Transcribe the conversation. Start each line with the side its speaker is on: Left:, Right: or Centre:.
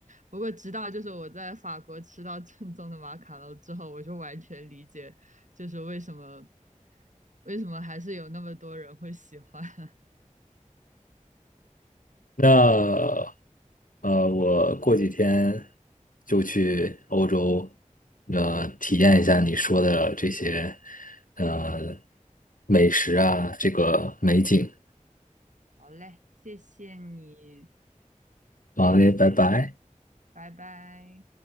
Right: 不过直到就是我在法国吃到正宗的马卡龙之后，我就完全理解，就是为什么为什么还是有那么多人会喜欢。<laughs>
Left: 那呃，我过几天就去欧洲，呃，体验一下你说的这些呃美食啊，这个美景。
Right: 好嘞，谢谢你，
Left: 好嘞，拜拜。
Right: 拜拜。